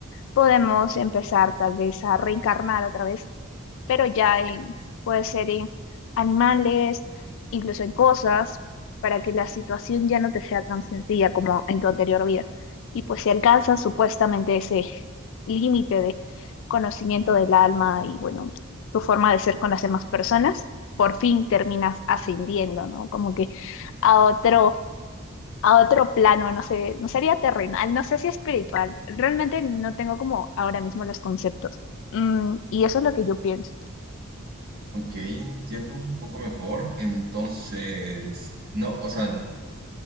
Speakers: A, on the left; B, on the right.
A: podemos empezar tal vez a reencarnar otra vez pero ya en, puede ser en animales, incluso en cosas, para que la situación ya no te sea tan sencilla como en tu anterior vida. Y pues si alcanzas supuestamente ese límite de conocimiento del alma y bueno, tu forma de ser con las demás personas, por fin terminas ascendiendo, ¿no? Como que a otro, a otro plano, no sé, no sería terrenal, no sé si espiritual. Realmente no tengo como ahora mismo los conceptos. Mm, y eso es lo que yo pienso.
B: Ok, entiendo un poco mejor. Entonces, no, o sea,